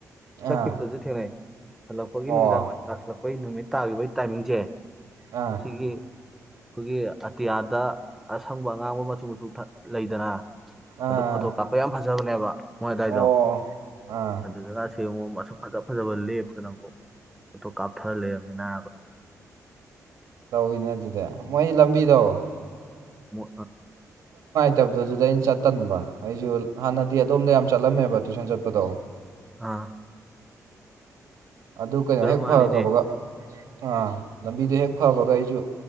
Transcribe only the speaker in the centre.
ꯆꯠꯈꯤꯕꯗꯁꯨ ꯊꯦꯡꯅꯩ ꯍꯜꯂꯛꯄꯒꯤ
ꯅꯨꯃꯤꯗꯥꯡ ꯋꯥꯏꯝ ꯇꯁꯤꯜꯂꯛꯄꯒꯤ ꯅꯨꯃꯤꯠ ꯇꯥꯈꯤꯕꯒꯤ ꯇꯥꯏꯃꯤꯡꯁꯦ
ꯁꯤꯒꯤ ꯑꯩꯈꯣꯏꯒꯤ ꯑꯇꯤꯌꯥꯗ ꯑꯁꯪꯕ ꯑꯉꯥꯡꯕ ꯃꯆꯨ ꯃꯆꯨ ꯂꯩꯗꯅ
ꯑꯗꯨꯣ ꯐꯣꯇꯣ ꯀꯥꯞꯄ ꯌꯥꯝ ꯐꯖꯩꯦ ꯕꯅꯦꯕ ꯃꯣꯏꯗꯥꯏꯗꯣ
ꯑꯗꯨ ꯦꯡ ꯃꯁꯛ ꯐꯖ ꯐꯖꯕ ꯂꯦꯞꯇꯅ ꯑꯃꯨꯛ ꯐꯣꯇꯣ ꯀꯥꯞꯊꯔ ꯂꯩꯔꯕꯅꯤꯅ
ꯃ
ꯑ
ꯃꯥꯜꯂꯤꯅꯦ